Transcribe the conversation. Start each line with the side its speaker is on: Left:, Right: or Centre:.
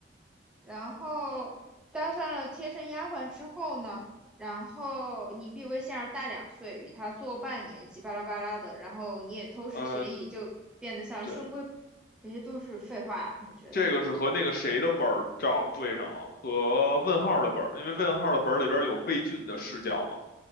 Centre: 然后当上了贴身丫鬟之后呢，然后你比魏仙儿大两岁，与她做伴年纪巴拉巴拉的，然后你也偷师学艺，
Left: 呃。
Centre: 就变得像深闺，
Left: 对。
Centre: 这些都是废话，我觉得。
Left: 这个是和那个谁的本儿照对上了，和问号的本儿，因为问号的本儿里边有魏俊的视角嘛。